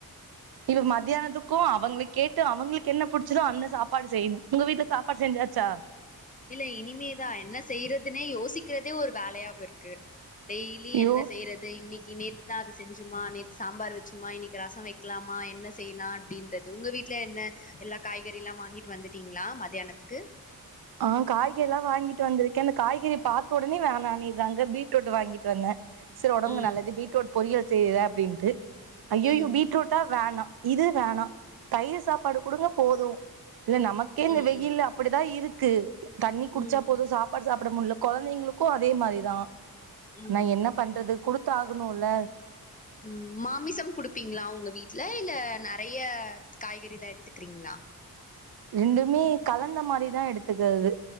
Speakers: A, on the left; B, on the right.
A: ம்
B: இது மதியானத்துக்
A: ம்
B: கு அவங்களுக்கு கேட்டு அவங்களுக்கு என்ன புடிச்சிதோ அந்த சாப்பாடு செய்யணு உங்க வீட்ல சாப்பாடு செஞ்சாச்சா
A: இல்ல இனிமேதா என்ன செய்யறதுன்னே யோசிக்கிறதே ஒரு வேலையாவே இருக்கு டெய்லி
B: ஐயோ
A: என்ன செய்யறது இன்னிக்கி நேத் தா அத செஞ்சுமா நேத்து சாம்பார் வெச்சுமா இன்னிக்கி ரச வைக்கலாமா என்ன செய்யலா அப்டின்றது உங்க வீட்ல என்ன எல்லா காய்கறில்லா வாங்கிட்டு வந்துட்டீங்களா மத்தியானத்துக்கு
B: ஆ காய்கறிலா வாங்கிட்டு வந்திருக்கே அந்த காய்கறி பாத்த ஒடனே வேணானிறாங்க பீட்ரூட் வாங்கிட்டு வந்தே செரி ஒடம்புக்கு
A: ம்
B: நல்லது பீட்ரூட் பொறியல் செய்யுத அப்டின்ட்டு அய்யயோ
A: ம்
B: பீட்ரூட் ட்டா வேணா இது வேணா தயிர் சாப்பாடு குடுங்க போது இல்ல நமக் கே இந்த
A: ம்
B: வெயில்ல அப்படிதா இருக்கு தண்ணி
A: ம்
B: குடிச்சா போது சாப் பாடு சாப்பிட முட்ல கொழந்தைங்களுக்கு அதே மாரிதா
A: ம்
B: ஆனா என்ன பண்றது குடுத்தாகணுல்ல
A: ம் மாமிசம் குடுப்பீங்களா உங்க வீட்ல இல்ல நெறைய காய்கறி தா எடுத்துக்கிறீங்களா
B: ரெண்டுமே கலந்த மாரிதா எடுத்துக்கிறது